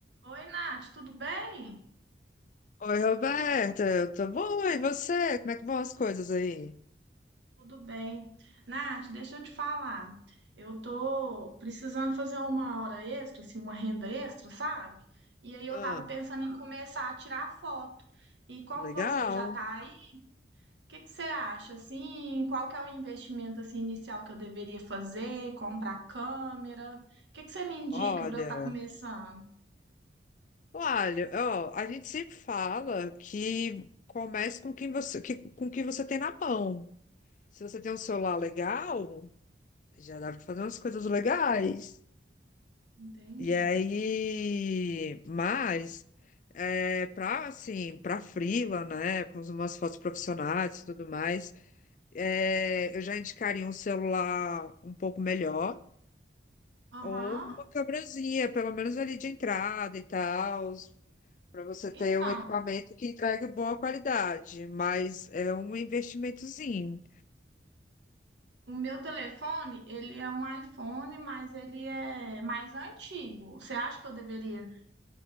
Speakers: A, on the right (about 80°); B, on the left (about 45°).
A: Oi, Nath, tudo bem?
B: Oi, Roberta, eu tô boa, e você? Como é que vão as coisas aí?
A: Tudo bem. Nath, deixa eu te falar. Eu tô precisando fazer uma hora extra, assim, uma renda extra, sabe? E aí eu
B: Ah,
A: tava pensando em Ah. começar a tirar foto. E como
B: legal.
A: você já tá aí, o que que você acha? Assim, qual que é o investimento assim inicial que eu deveria fazer? Comprar câmera? O que que você me indica
B: Olha,
A: para eu estar começando?
B: olha, ó, a gente sempre fala que comece com quem você, que- com o que você tem na mão. Se você tem um celular legal, já dá pra fazer umas coisas legais.
A: Entendi.
B: E aí, mas é, para assim, para freela, né? Para umas fotos profissionais e tudo mais, é, eu já indicaria um celular um pouco melhor.
A: Aham.
B: Ou uma câmerazinha, pelo menos ali de entrada e tal, para você
A: Então,
B: ter um equipamento que entregue boa qualidade, mas é um investimentozinho.
A: O meu telefone, ele é um iPhone, mas ele é mais antigo. Você acha que eu deveria